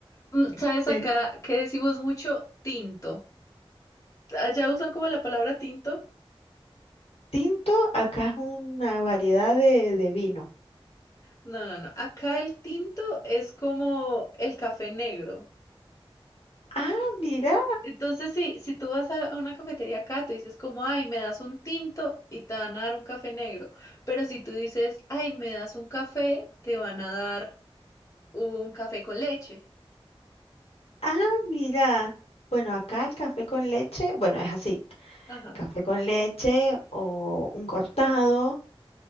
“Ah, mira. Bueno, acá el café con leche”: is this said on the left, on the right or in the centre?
Left